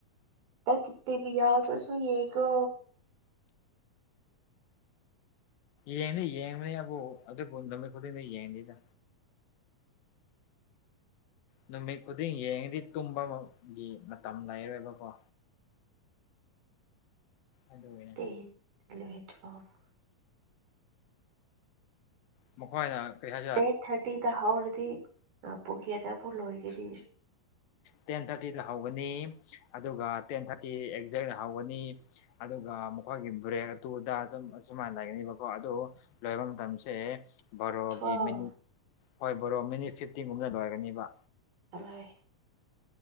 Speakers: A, on the right (about 85°); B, on the left (about 75°).
A: ꯑꯩ ꯀꯨꯞꯇꯦꯕꯤ ꯌꯥꯇꯔ꯭ꯁꯨ ꯌꯦꯉꯣ
B: ꯌꯦꯡꯅꯤ ꯌꯦꯡꯕꯅꯤ ꯑꯕꯨ ꯑꯗꯨꯕꯨ ꯅꯨꯃꯤꯠ ꯈꯨꯗꯤꯡꯗ ꯌꯦꯡꯗꯤꯗ ꯅꯨꯃꯤꯠ ꯈꯨꯗꯤꯡ ꯌꯦꯡꯉꯗꯤ ꯇꯨꯝꯕꯒꯤ ꯃꯇꯝ ꯂꯩꯔꯣꯏꯕꯀꯣ ꯑꯗꯨ ꯑꯣꯏ
A: <unintelligible>
B: ꯃꯈ꯭ꯋꯥꯏꯅ ꯀꯩ ꯍꯥꯏ
A: ꯇꯦꯠ ꯊꯥꯔꯇꯤꯗ ꯍꯧꯔꯗꯤ <unintelligible> ꯄꯨꯒꯦꯗꯕꯨ ꯂꯣꯏꯒꯗꯤ
B: ꯇꯦꯟ ꯊꯥꯔꯇꯤꯗ ꯍꯧꯒꯅꯤ ꯑꯗꯨꯒ ꯇꯦꯟ ꯊꯥꯔꯇꯤ ꯑꯦꯛꯖꯦꯛ ꯍꯧꯒꯅꯤ ꯑꯗꯨꯒ ꯃꯈꯣꯏꯒꯤ ꯕ꯭ꯔꯦꯛ ꯑꯇꯨꯑꯗꯥ ꯁꯨꯝ ꯑꯁꯨꯃꯥꯏꯟ ꯂꯩꯒꯅꯦꯕꯀꯣ ꯑꯗꯨ ꯂꯣꯏꯕ ꯃꯇꯝꯁꯦ ꯕꯔꯣꯒꯤ
A: ꯇꯨꯋꯦꯜ
B: ꯃꯤꯅꯤꯠ ꯍꯣꯏ ꯕꯣꯔꯣ ꯃꯤꯅꯤꯠ ꯐꯤꯐꯇꯤꯟꯒꯨꯝꯅ ꯂꯣꯏꯔꯅꯤꯕ
A: ꯑꯂꯥꯏ